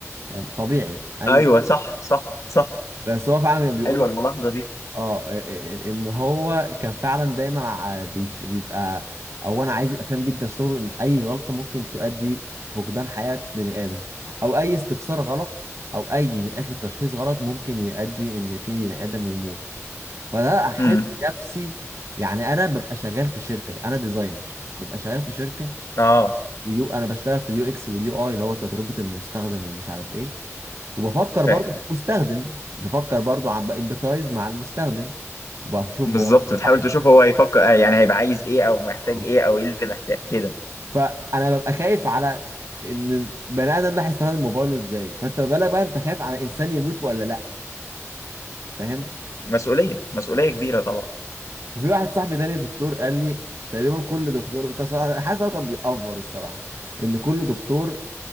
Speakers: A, on the right; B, on the left.
A: فاهم طبيعي اي
B: ايوه صح صح صح
A: بس هو فعلا كان بيقول
B: حلوه الملاحظه دي
A: اه إيه- ان هو كان فعلا دايما ع- بيخ- بيبقى او انا عايز يبقى فاهم جدا شعور ان اي غلطه ممكن تؤدي بفقدان حياه بني ادم او اي استفسار غلط او اي من اخر تشخيص غلط ممكن يؤدي ان في بني ادم يموت فده احب
B: امم
A: نفسي يعني انا ببقى شغال في شركه انا ديزاينر ببقى شغال في شركه
B: اه
A: ويو انا بشتغل في اليو اكس واليو اي اللي هو تجربه المستخدم ومش عارف ايه وبفكر
B: فاهم
A: برضه في المستخدم بفكر برضه عم بامبثايز مع المستخدم وبشوف
B: بالظبط
A: هو
B: بتحاول
A: صاحب
B: تشوف
A: إيه.
B: هو هيفكر يعني هيبقى عايز ايه او محتاج
A: آه.
B: ايه او ايه اللي محتاج كده
A: فانا ببقى خايف على ان البني ادم ده هيستخدم موبايله ازاي فانت ما بالك بقى انت خايف على انسان يموت ولا لا فاهم
B: مسؤوليه مسؤوليه كبيره طبعا
A: وفي واحد صاحبي تاني دكتور قال لي تقريبا كل دكتور بتاع صراحة- حاسس هو كان بيأفور الصراحه ان كل دكتور